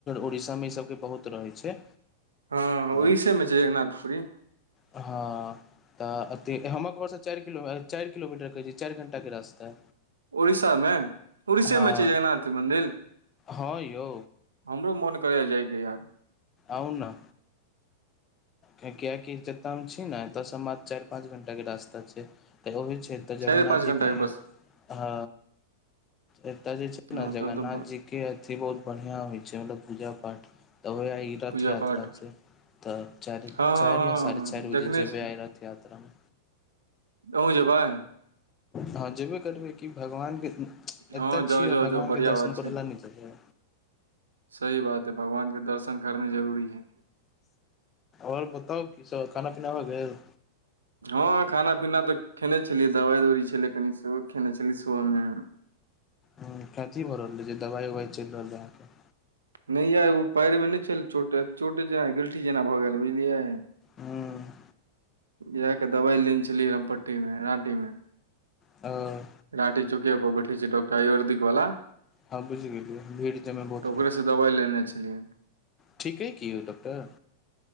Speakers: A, on the left; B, on the right.
A: उड़ीसा मे ई सबके बहुत रहे छै
B: हँ
A: तऽ
B: ओड़िसा मे छै जगनाथपुरी
A: हँ तऽ एतेक हमर घरसँ चारि क चारि किलोमीटर कहैत छैय चारि घण्टाके रास्ता
B: उड़ीसामे उड़ीसेमे
A: हँ
B: छै जगरन्नाथ मन्दिर
A: हँ यौ
B: हमरो मोन करै जायके यार
A: अउना कियाकि जतय हम छी ने एतयसँ मात चारि पाँच घंटा के रास्ता छै तऽ ओहि छै जगरन्नाथ
B: चारि पाँच
A: जी
B: घंटा
A: के
B: बस
A: ह ए जे छै
B: हँ
A: जगन्नाथ
B: तब तऽ
A: जी के बहुत बढ़िया होइ छै मतल पूजा पाठ तऽ हो ई रथ
B: पूजा
A: यात्रा
B: पाठ
A: छै तऽ चार
B: हँ
A: चार
B: हँ
A: या साढ़े
B: हँ
A: चारि
B: देखने
A: बजे जेब
B: छी
A: आइ रा यात्रामे
B: अहूँ जेबै
A: हँ जेबे करबै कि भगवानके एतऽ
B: हँ जाउ
A: छियै
B: जाउ
A: भगवानके
B: जाउ बढ़िया
A: दर्शन
B: बात
A: करै
B: छै
A: लए नहि चलै
B: सही बात है भगवानके दर्शन करने जरूरी है
A: ओर बताउ किस खाना पीना ब गेलै
B: हँ खाना पीना खेने छलियै दबाइ दौरी छलै कनि सेहो खेने छलियै सुबहमे
A: ह कथी भऽ रहल रहै जे दवाइ उवाइ चलि रहल रहै अहाँकेँ
B: नहि य ओ पयर में नहि छलोट चोटे जेना गिलठी जेना भ गेल बुझलियै
A: अहाँके
B: इएहके दबाइ लेने छलियी हमपट्टी मे राँटी मे
A: ओ।
B: राँटी चौकि पर बैठे छै डॉक्टर आयुर्दिक वला
A: ह बुझि गेलियै भीड़ तमे बहुत रहै
B: ओकरेसँ
A: छै
B: दबाइ लेने छलियै।
A: ठीके कऽ यौ डॉक्टर